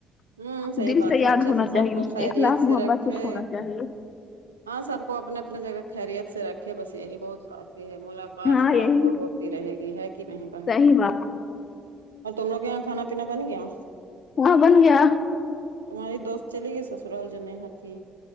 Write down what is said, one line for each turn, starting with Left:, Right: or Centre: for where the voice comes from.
Right: ہوں
Left: ہے
Right: صحیح
Left: دل
Right: بات
Left: یاد
Right: ہے اچھے
Left: ہونا
Right: سے سب
Left: چاہیے
Right: کو خیریت
Left: اخلاق
Right: سے
Left: محبت
Right: رکھے
Left: کچھ ہونا چاہیے
Right: ہاں سب کو اپنے اپنے جگہ خیریت سے رکھے بس یہی بہت کافی ہے ملاقات
Left: ہاں
Right: بات
Left: یہی
Right: تو ہوتی رہے گی ہے کہ نہیں بہن
Left: صحیح بات
Right: اور تم لوگ کے یہاں کھانا پینا بن گیا
Left: وہاں بن گیا
Right: تمہاری دوست چلی گئی سسرال جو نیہا تھی